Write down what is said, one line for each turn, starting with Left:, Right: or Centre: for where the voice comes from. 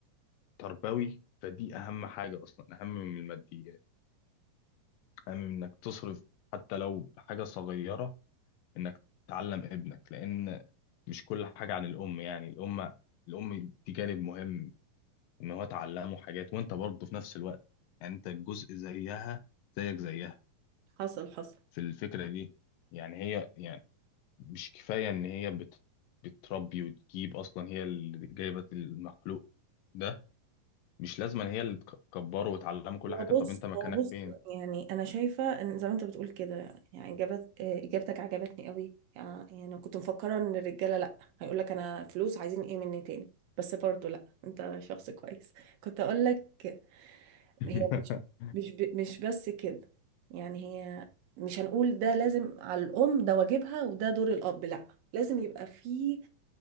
Left: تربوي فدي اهم حاجه اصلا اهم من الماديات أهم من إنك تصرف حتى لو بحاجة صغيرة إنك تعلم ابنك لأن مش كل حاجة عن الأم يعني الأم الأم دي جانب مهم إن هو تعلمه حاجات وأنت برضه في نفس الوقت يعني أنت جزء زيها زيك زيها
Right: حصل حصل
Left: في الفكرة دي يعني هي يعني مش كفاية إن هي بت بتربي وتجيب أصلا هي اللي جايبة المخلوق ده مش لازم إن هي اللي تكبره وتعلمه كل
Right: هو
Left: حاجة
Right: بص
Left: طب أنت مكانك
Right: هو بص
Left: فين؟
Right: يعني انا شايفه ان زي ما انت بتقول كده يعني اجابت آه، اجابتك عجبتني قوي يعني يعني كنت مفكره ان الرجاله لا هيقول لك انا فلوس عايزين ايه مني تاني بس برضو لا انت شخص كويس كنت اقول لك
Left: <laughs>
Right: هي مش مش ب- مش بس كده يعني هي مش هنقول ده لازم على الام ده واجبها وده دور الاب لا لازم يبقى فيه